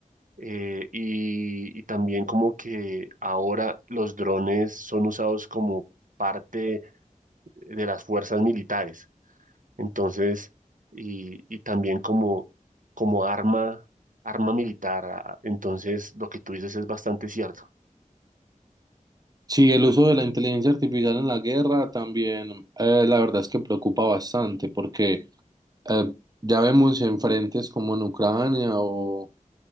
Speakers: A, on the right (about 70°); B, on the right (about 30°).
A: eh, y, y también como que ahora los drones son usados como parte de las fuerzas militares. Entonces, y, y también como, como arma, arma militar. ah, Entonces, lo que tú dices es bastante cierto.
B: Sí, el uso de la inteligencia artificial en la guerra también, eh, la verdad es que preocupa bastante porque eh, ya vemos en frentes como en Ucrania o,